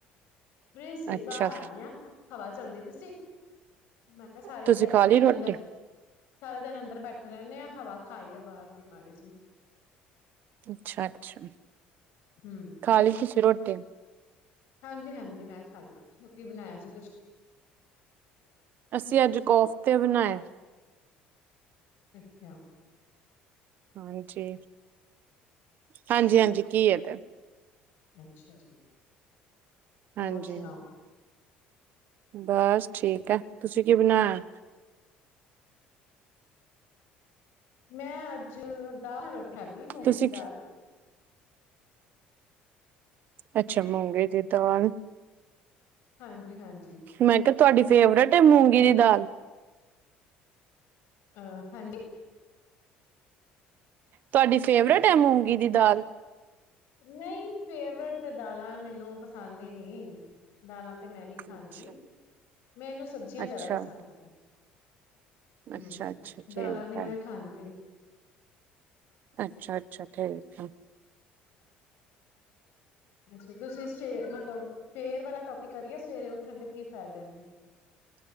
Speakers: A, on the left; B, on the right.
A: ਫਰੀ ਸੀ
B: ਅੱਛਾ
A: ਬਾਹਰ ਆਈ ਆ। ਹਵਾ ਚੱਲਦੀ ਪੀ ਸੀ, ਮੈਂ ਕਿਹਾ ਸਾਰੀ
B: ਤੁਸੀਂ
A: ਦੇ ਦਿਆ
B: ਖਾ
A: ਦਿਨ
B: ਲਈ ਰੋਟੀ?
A: ਅੰਦਰ ਸਾਰੇ ਦਿਨ ਅੰਦਰ ਬੈਠੇ ਰਹਿੰਨੇ ਆ, ਹਵਾ ਖਾ ਆਈਏ ਬਾਹਰ ਦੀ ਮਾੜੀ ਜੀ।
B: ਅੱਛਾ, ਅੱਛਾ
A: ਹੂੰ,
B: ਖਾਲੀ ਤੁਸੀਂ ਰੋਟੀ?
A: ਹਾਂਜੀ ਹਾਂਜੀ ਮੈਂ ਖਾ ਲੀ ਹੁਣ ਕੀ ਬਣਾਇਆ ਸੀ ਤੁਸੀਂ?
B: ਅਸੀਂ ਅੱਜ ਕੋਫਤੇ ਬਣਾਏ।
A: ਪੇਖੇ।
B: ਹਾਂਜੀ, ਹਾਂਜੀ ਹਾਂਜੀ ਘਿਯੇ ਤੇ।
A: ਅੱਛਾ ਜੀ,
B: ਹਾਂਜੀ।
A: ਹੋਰ ਸੁਣਾਓ?
B: ਬਸ ਠੀਕ ਏ, ਤੁਸੀਂ ਕੀ ਬਣਾਇਆ?
A: ਮੈਂ ਅੱਜ ਦਾਲ-ਰੋਟੀ ਖਾਧੀ ਮੂੰਗੀ
B: ਤੁਸੀਂ
A: ਦੀ ਦਾਲ।
B: ਅੱਛਾ, ਮੂੰਗੀ ਦੀ ਦਾਲ
A: ਹਾਂਜੀ, ਹਾਂਜੀ।
B: ਮੈਂ ਕਿਹਾ ਤੁਹਾਡੀ ਫੇਵਰੇਟ ਏ, ਮੂੰਗੀ ਦੀ ਦਾਲ?
A: ਆ ਹਾਂਜੀ।
B: ਤੁਹਾਡੀ ਫੇਵਰੇਟ ਏ, ਮੂੰਗੀ ਦੀ ਦਾਲ?
A: ਨਹੀਂ, ਫੇਵਰੇਟ ਤੇ ਦਾਲਾਂ ਮੈਨੂੰ ਪਸੰਦ ਹੀ ਨਹੀਂ। ਦਾਲਾਂ ਤੇ ਮੈਂ ਨਹੀਂ ਖਾਂਦੀ,
B: ਅੱਛਾ
A: ਮੈਨੂੰ ਸਬਜ਼ੀਆਂ
B: ਅੱਛਾ,
A: ਜ਼ਿਆਦਾ ਪਸੰਦ ਏ। ਹੂੰ,
B: ਅੱਛਾ, ਅੱਛਾ ਠੀਕ
A: ਦਾਲਾਂ ਨੀ
B: ਹੈ।
A: ਮੈਂ ਖਾਂਦੀ।
B: ਅੱਛਾ, ਅੱਛਾ ਠੀਕ ਆ।
A: ਅੱਛਾ, ਤੁਸੀਂ ਸਵੇਰ ਮਤਲਬ ਸਵੇਰ ਵਾਲਾ ਟੋਪਿਕ ਕਰੀਏ, ਸਵੇਰੇ ਉੱਠਣ ਦੇ ਕੀ ਫਾਇਦੇ ਨੇ।